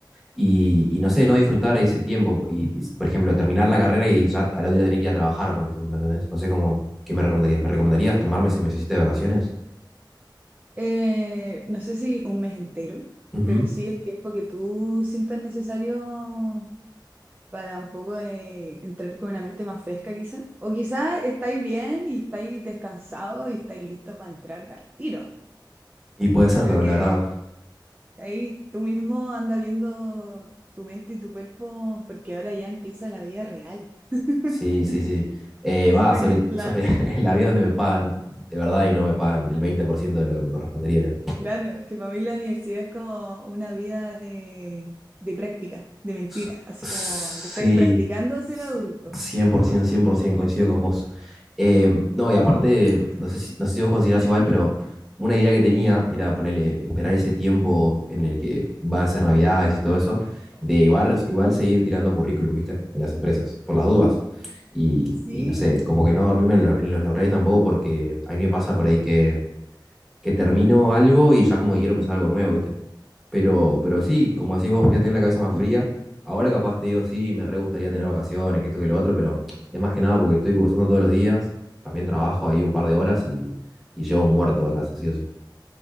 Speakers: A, in the centre; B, on the right.
A: Y, y no sé, no disfrutar ese tiempo. Y, y, por ejemplo, terminar la carrera y ya al otro día tener que ir a trabajar, por ejemplo, ¿entendés? No sé cómo, ¿qué me recomendarías? ¿Me recomendarías tomarme ese mesecito de vacaciones?
B: Eh, no sé si un mes entero,
A: Ujú.
B: pero sí el tiempo que tú sientas necesario para un poco de entrar con una mente más fresca quizás. O quizás estáis bien y estáis descansados y estáis listos para entrar al tiro.
A: Y puede ser
B: Creo
A: también,
B: que
A: la verdad.
B: ahí tú mismo anda viendo tu mente y tu cuerpo porque ahora ya empieza la vida real. <laughs>
A: Sí, sí, sí. Eh,
B: Siento
A: va, sobre,
B: que la,
A: sobre <laughs> el avión donde me pagan, de verdad, y no me pagan el 20% de lo que me correspondería. ¿no?
B: Claro, que para mí la universidad es como una vida de, de práctica, de mentira,
A: S-
B: así como que estáis
A: Sí,
B: practicando a ser adulto.
A: cien por
B: <laughs>
A: 100% coincido con vos. Eh, no, y aparte, no sé si, no sé si vos considerás igual, pero una idea que tenía era ponerle, esperar ese tiempo en el que va a ser Navidades y todo eso, de igual, igual seguir tirando currículum, ¿viste? En las empresas, por las dudas. Y,
B: Sí,
A: y no sé, como que no dormirme en, lo- en los laureles tampoco, porque a mí me pasa por ahí que, que termino algo y ya como que quiero empezar algo nuevo, ¿viste? Pero, pero sí, como decís vos, ya tenés la cabeza más fría. Ahora capaz te digo, sí, me re gustaría tener vacaciones, que esto, que lo otro, pero es más que nada porque estoy cursando todos los días, también trabajo ahí un par de horas y, y llego muerto a casa, sí o sí.